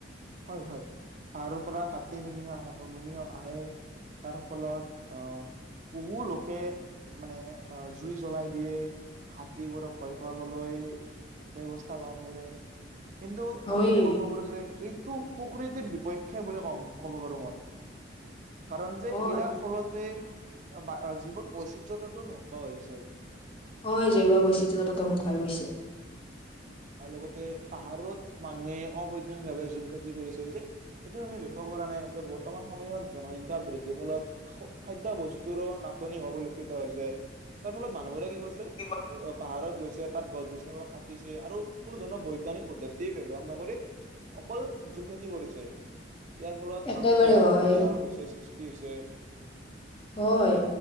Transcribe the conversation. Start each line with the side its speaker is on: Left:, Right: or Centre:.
Right: হয়, হয়। তাৰ পৰা হাতী নুমি আহে নুমি আহে। তাৰ ফলত আহ বহু লোকে মানে জুই জ্বলাই দিয়ে। হাতীবোৰক ভয় খুৱাবলৈ ব্যৱস্থা গ্ৰহণ কৰে কিন্তু
Left: হয়
Right: আমি এনেকুৱা কব পাৰো যে ই প্ৰকৃতিৰ বিপক্ষে বুলে ক'ব পাৰো মই। কাৰণ যে
Left: হয়
Right: ইয়াৰ ফলতে <unintelligible> যিৱোৰ বৈচিত্ৰয়তাতো ধ্বংস হৈছে।
Left: হয় জয়ৱা বৱশতি তা ততে ধ্বংসুৱ হৈ গৈছে।
Right: আৰু লগতে পাহাৰত মানুহে অবৈজ্ঞানিকভাৱে জুম কৰিছে যে এইটো আমি লক্ষ্য কৰা নাই যে বৰ্তমান সময়ত জনসংখ্যা বৃদ্ধিৰ ফলত খাদ্যয় বস্তুৰো নাটনি হ পৰিলক্ষিত হৈছে। তাৰ ফলত মানুহবোৰে কি কইছে।
Left: <unintelligible>
Right: অ পাহাৰত গৈছে তাত গছ গছনি বোৰ কাটিছে আৰু কোনো ধৰণৰ বৈজ্ঞানিক পদ্ধতি ব্যৱহাৰ নকৰি অকল ঝুম খেতি কৰিছে ইয়াৰ ফলত
Left: একেবাৰে
Right: মাটিৰ গড়া
Left: হয়
Right: খহনীয়া হৈছে সৃষ্টি হৈছে
Left: হয়